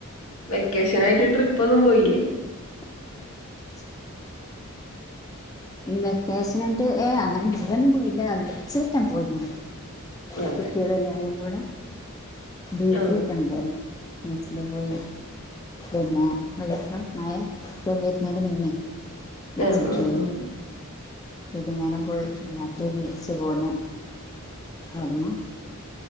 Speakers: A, on the left (about 75°); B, on the left (about 15°).
A: വെക്കേഷൻനായിട്ട് ട്രിപ്പ് ഒന്നും പോയില്ലേ?
B: <inaudible> വെക്കേഷനായിട്ട് ഏ അങ്ങനെ ഒന്നും പോയില്ല ഡ്രസ്സ്ട്ക്കാൻപോയിരുന്നു.
A: അതെ
B: കുട്ടികള എല്ലാവാരും കൂടെ ബീച്ചിലറ്റം
A: ആഹ്
B: പോയി ബീച്ചില് പോയി. പിന്നെ വെലിയേട്ടൻ മഴ വരുന്നതിന്റെ മുന്നേ ബീച്ചിൽ
A: ആഹ് ആഹ്
B: പോയി
A: ആഹ്
B: വൈകുന്നേരം പോയിട് തിരിച്ചു പോന്നു അവിട്ന്നു